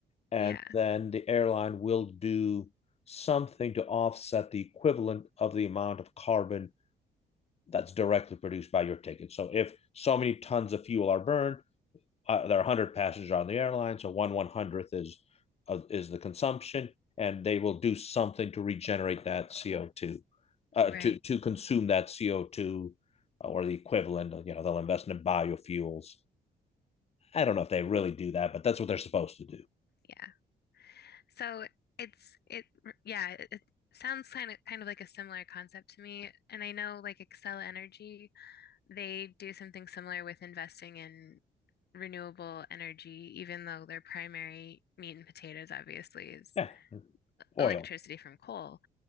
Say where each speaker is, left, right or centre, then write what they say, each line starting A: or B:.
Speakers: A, on the left; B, on the left.
A: and
B: Yeah,
A: then the airline will do something to offset the equivalent of the amount of carbon that's directly produced by your ticket. So if so many tons of fuel are burned, uh, there are 100 passengers on the airline, so one one hundredth is uh, is the consumption, and they will do something to regenerate that CO2, uh,
B: right.
A: to to consume that CO2 or the equivalent. You know, they'll invest in biofuels. I don't know if they really do that, but that's what they're supposed to do.
B: Yeah. So it's it yeah, it, it sounds kind of kind of like a similar concept to me. And I know like Excel Energy, they do something similar with investing in renewable energy, even though their primary meat and potatoes obviously is
A: Yeah, oil.
B: electricity from coal.